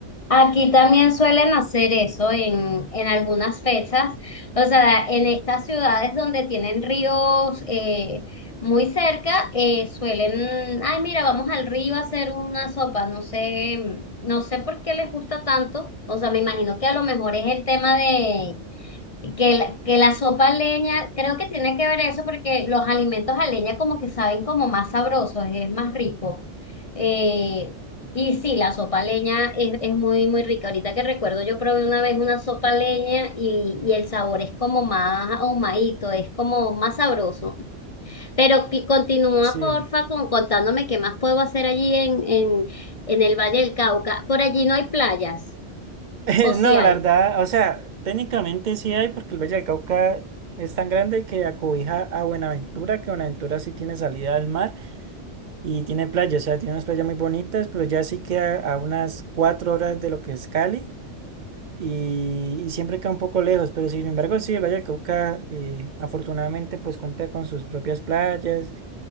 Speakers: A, on the left; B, on the right.
A: Aquí también suelen hacer eso en, en algunas fechas, o sea, en estas ciudades donde tienen ríos eh, muy cerca, eh, suelen, ay, mira, vamos al río a hacer una sopa, no sé, no sé por qué les gusta tanto, o sea, me imagino que a lo mejor es el tema de Que la, que la sopa a leña, creo que tiene que ver eso porque los alimentos a leña como que saben como más sabrosos, es más rico. Eh, y sí, la sopa a leña es, es muy, muy rica. Ahorita que recuerdo, yo probé una vez una sopa a leña y, y el sabor es como más ahumadito, es como más sabroso. Pero que continúa,
B: sí.
A: porfa, con, contándome qué más puedo hacer allí en, en, en el Valle del Cauca. Por allí no hay playas,
B: <laughs>
A: o si
B: No,
A: hay.
B: la verdad, o sea, técnicamente sí hay porque el Valle del Cauca es tan grande que acobija a Buenaventura, que Buenaventura sí tiene salida al mar. Y tiene playas, o sea, tiene unas playas muy bonitas, pero ya sí queda a unas cuatro horas de lo que es Cali y, y siempre queda un poco lejos, pero sin embargo sí, el Valle del Cauca eh, afortunadamente pues cuenta con sus propias playas